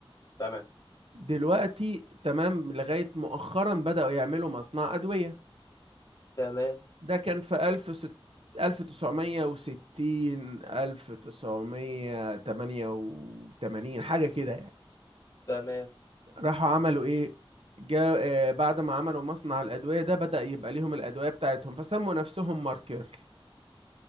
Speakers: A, on the left; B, on the right.
A: تمام
B: دلوقتي تمام لغاية مؤخرا بدأوا يعملوا مصنع أدوية
A: تمام
B: ده كان في ألف ست ألف تسعمية وستين ألف تسعمية تمانية وتمانين حاجة كده يعني
A: تمام
B: راحوا عملوا إيه جا آه، بعد ما عملوا مصنع الأدوية ده بدأ يبقى ليهم الأدوية بتاعتهم فسموا نفسهم ماركر